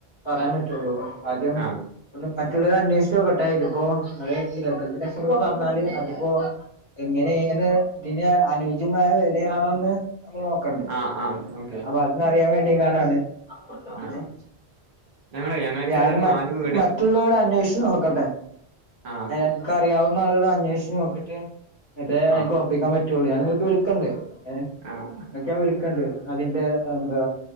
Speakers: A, on the left; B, on the right.
A: പറയാൻ പറ്റൊള്ളൂ ആദ്യം
B: ആ
A: ഒന്ന് മറ്റുള്ളവരെ അന്വേഷിച്ചോക്കട്ടെ. ഇതിപ്പോ ഇങ്ങള് ഇരുപത്തിര ലക്ഷം രൂപ പറഞ്ഞാല് അതിപ്പോ എങ്ങനേണ് തിന് അനുയോജ്യമായ വിലയാണോന്ന് നമ്മൾ നോക്കണ്ടേ
B: ആ ആ ഓക്കെ
A: അപ്പൊ അതൊന്ന് അറിയാൻ വേണ്ടിങ്ങാണ്ടാണ്
B: ആ
A: ഏഹ്
B: ഞങ്ങളെ ഞങ്ങത്തെ
A: ഞാൻ
B: ഏതാണ്ട്
A: മ
B: നാല് വീട്
A: മ റ്റുള്ളവരോട് അന്വേഷിച്ച് നോക്കട്ടെ
B: ആ ഓക്കെ
A: ഏഹ് ഇൻക്ക് അറിയാവുന്ന ആളോട് അന്വേഷിച്ച് നോക്കിട്ട് ഇന്നട്ടെ
B: ആ
A: ഇൻക്ക് ഉറപ്പിക്കാൻ പറ്റൊള്ളൂ. ഞാൻ നിങ്ങക്ക് വിളിക്കണ്ട് ഏഹ്
B: ആഹ്
A: ക്ക് ഞാൻ വിളിക്കണ്ട് അതിന്റെ എന്താ